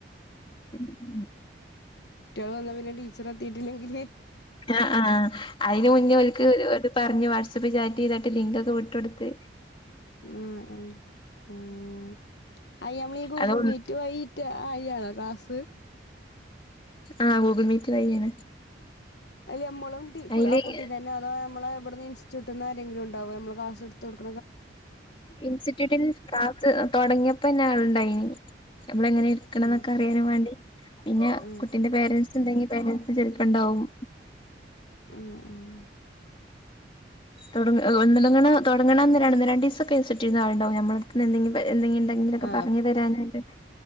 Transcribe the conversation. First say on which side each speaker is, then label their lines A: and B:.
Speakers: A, on the left; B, on the left.
A: ഉം
B: ആ വന്നാൽ ടീച്ചറെത്തി എത്തില്ലെങ്കില്
A: ആ ആ അയിന്റെ മുന്നേ ഓൽക്ക് പറഞ്ഞ് വാട്സപ്പ് ട്സപ്പില് ചാറ്റയ്താണ്ട് ലിങ്ക് ഒക്കെ വിട്ടുകൊടുത്ത്
B: ഉ ഉ ഉം അയ് നമ്മള് ഗൂഗിൾ
A: അത്
B: മീറ്റ് വൈ ഇത് അയി ഫ്രീയാണോ ക്ലാസ്സ്
A: ആ ഗൂഗിൾ മീറ്റ് വഴിയാണ്
B: അയ്ല് നമ്മള്
A: അതില്
B: കുട്ടി ആ കുട്ടി തന്നെയതൊ നമ്മളെ ഇവ്ട്ന്ന് ഇൻസ്റ്റിറ്റ്യൂട്ട്ന്ന് ആരെങ്കിലും ഇണ്ടാവോ നമ്മള് ക്ലാസ് എടുത്തു കൊടുക്
A: ഇൻസ്റ്റിറ്റ്യൂട്ടിന്ന് ക്ലാസ് തൊടങ്ങിയപ്പൻ ലാള്ണ്ടയ്നി നമ്മള് എങ്ങനെ ട്ക്ക്‌ണേന്നൊക്കെറിയാൻ
B: ആ
A: വാണ്ടി പിന്നെ
B: ആ ആ
A: കുട്ടിന്റെ പേരെന്റ്സ് ഇണ്ടെങ്ങി പേരൻസ് ചെൽപ്പംണ്ടാവും
B: ആ ആ
A: തൊടങ്ങ് ഒന്നൊട്ങ്ങ്ണേ തൊടങ്ങ്ണന്ന് ഒന്ന് രണ്ടീസൊക്കെ വിസിറ്റിങ്ങിന് ആള്ണ്ടാക്കും നമ്മളടുത്ത്ന്ന് എന്തെങ്കിലും പ എന്തെങ്കിണ്ടെങ്കിലൊക്കെ
B: ആ ആ
A: പറഞ്ഞ് തരാനായിട്ട്